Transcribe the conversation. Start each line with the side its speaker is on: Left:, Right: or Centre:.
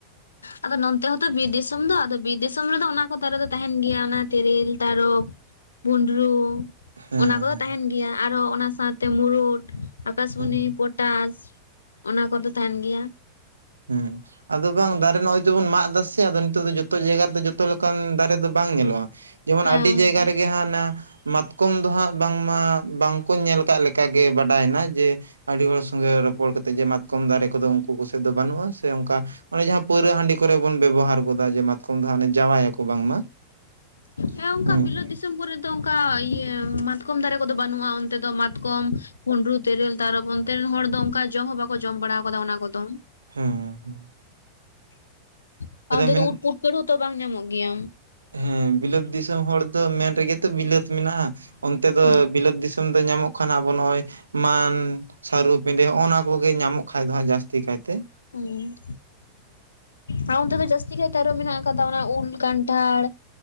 Left: ᱟᱢ ᱟᱫᱚ ᱱᱚᱱᱛᱮ ᱦᱚᱸᱛᱚ ᱵᱤᱨ ᱫᱤᱥᱚᱢ ᱫᱚ ᱟᱫᱚ ᱵᱤᱨ ᱫᱤᱥᱚᱢ ᱨᱮᱫᱚ ᱚᱱᱟ ᱠᱚ ᱫᱟᱨᱮ ᱫᱚ ᱛᱟᱦᱮᱱ ᱜᱮᱭᱟ ᱚᱱᱟ ᱛᱮᱨᱮᱞ ᱛᱟᱨᱚᱵ ᱵᱷᱩᱸᱰᱨᱩ
Right: ᱦᱮᱸ
Left: ᱚᱱᱟ ᱠᱚᱫᱚ
Right: ᱦᱮᱸ
Left: ᱛᱟᱦᱮᱱ ᱜᱮᱭᱟ, ᱟᱨᱚ ᱚᱱᱟ ᱥᱟᱶᱛᱮ ᱢᱩᱨᱩᱫ᱾ ᱟᱠᱟᱥᱢᱚᱱᱤ
Right: ᱦᱮᱸ
Left: ᱯᱚᱴᱟᱥ ᱚᱱᱟ ᱠᱚᱫᱚ ᱛᱟᱦᱮᱱ ᱜᱮᱭᱟ᱾
Right: ᱦᱮᱸ ᱟᱫᱚ ᱵᱟᱝ ᱫᱟᱨᱮ ᱱᱚᱜ-ᱚᱭ ᱡᱮᱢᱚᱱ ᱢᱟᱜ ᱮᱫᱟ ᱥᱮ ᱟᱫᱚ ᱱᱤᱛᱚᱜ ᱫᱚ ᱡᱚᱛᱚ ᱡᱟᱭᱜᱟ ᱨᱮᱫᱚ ᱡᱚᱛᱚ ᱞᱮᱠᱟᱱ ᱫᱟᱨᱮ ᱫᱚ ᱵᱟᱝ ᱧᱮᱞᱚᱜ-ᱟ᱾ ᱡᱮᱢᱚᱱ
Left: ᱦᱮᱸ
Right: ᱟᱹᱰᱤ ᱡᱟᱭᱜᱟ ᱨᱮᱜᱮ ᱦᱟᱜ ᱚᱱᱟ ᱢᱟᱛᱠᱚᱢ ᱫᱚ ᱦᱟᱸᱜ ᱵᱟᱝᱢᱟ ᱵᱟᱝ ᱠᱚ ᱧᱮᱞ ᱠᱟᱜ ᱞᱮᱠᱟ ᱜᱮ ᱵᱟᱰᱟᱭ ᱮᱱᱟ ᱡᱮ ᱟᱹᱰᱤ ᱦᱚᱲ ᱥᱚᱸᱜᱮ ᱨᱚᱯᱚᱲ ᱠᱟᱛᱮᱜ ᱡᱮ ᱢᱟᱛᱠᱚᱢ ᱫᱟᱨᱮ ᱠᱚᱫᱚ ᱩᱱᱠᱩ ᱠᱚᱥᱮᱫ ᱫᱚ ᱵᱟᱹᱱᱩᱜ-ᱟ ᱥᱮ ᱚᱱᱠᱟ ᱚᱱᱮ ᱡᱟᱦᱟᱸ ᱯᱟᱹᱣᱨᱟᱹ ᱦᱟᱺᱰᱤ ᱠᱚᱨᱮ ᱵᱚᱱ ᱵᱮᱵᱚᱦᱟᱨ ᱜᱚᱫᱟ ᱡᱮ ᱢᱟᱛ ᱠᱚᱢ ᱫᱚ ᱡᱟᱣᱟᱭᱟᱠᱚ ᱵᱟᱝ ᱢᱟ ᱾
Left: ᱦᱮᱸ ᱚᱱᱠᱟ
Right: <inaudible> ᱦᱩᱸ
Left: ᱵᱤᱞᱟᱹᱛ
Right: ᱾
Left: ᱫᱤᱥᱚᱢ ᱠᱚᱨᱮ ᱫᱚ ᱚᱱᱠᱟ ᱤᱭᱟᱹ ᱢᱟᱛᱠᱚᱢ ᱫᱟᱨᱮ ᱠᱚᱫᱚ ᱵᱟᱹᱱᱩᱜ-ᱟ, ᱚᱱᱛᱮ ᱫᱚ ᱢᱟᱛᱠᱚᱢ ᱵᱷᱩᱸᱰᱨᱩ ᱛᱮᱨᱮᱞ ᱛᱟᱨᱚᱵ ᱚᱱᱛᱮ ᱨᱮᱱ ᱦᱚᱲ ᱫᱚ ᱚᱱᱠᱟ ᱡᱚᱢ ᱦᱚᱸ ᱵᱟᱠᱚ ᱡᱚᱢ ᱵᱟᱲᱟ ᱟᱠᱟᱫᱟ ᱚᱱᱟ ᱠᱚᱫᱚ᱾
Right: ᱦᱩᱸ ᱾
Left: <inaudible> ᱟᱨ ᱚᱱᱛᱮ
Right: ᱢᱮᱱ
Left: ᱫᱚ ᱩᱫ ᱯᱩᱴᱠᱟᱹ ᱦᱚᱸᱛᱚ ᱵᱟᱝ ᱧᱟᱢᱚᱜ ᱜᱮᱭᱟ᱾
Right: ᱦᱮᱸ ᱵᱤᱞᱟᱹᱛ ᱫᱤᱥᱚᱢ ᱦᱚᱲ ᱫᱚ ᱢᱮᱱ ᱨᱮᱜᱮ ᱛᱚ ᱵᱤᱞᱟᱹᱛ ᱢᱮᱱᱟᱜ-ᱟ ᱚᱱᱛᱮ ᱫᱚ
Left: ᱦᱩᱸ
Right: ᱵᱤᱞᱟᱹᱛ ᱫᱤᱥ ᱧᱟᱢ ᱫᱚ ᱧᱟᱢᱚᱜ ᱠᱷᱟᱱ ᱟᱵᱚ ᱱᱚᱜᱼᱚᱭ ᱢᱟᱱ, ᱥᱟᱹᱨᱩ, ᱯᱤᱸᱰᱟᱹ ᱦᱚᱸᱜᱼ ᱱᱟ ᱠᱚᱜᱮ ᱧᱟᱢᱚᱜ ᱠᱷᱟᱭ ᱫᱚ ᱦᱟᱸᱜ ᱡᱟᱹᱥᱛᱤ ᱠᱟᱭ ᱛᱮ᱾
Left: ᱦᱩᱸ ᱟᱨ ᱚᱱᱛᱮ ᱫᱚ ᱡᱟᱹᱥᱛᱤ ᱜᱮ ᱛᱟᱨᱚᱵ ᱢᱮᱱᱟᱜ ᱟᱠᱟᱫᱟ ᱚᱱᱟ ᱩᱞ, ᱠᱟᱱᱴᱷᱟᱲ᱾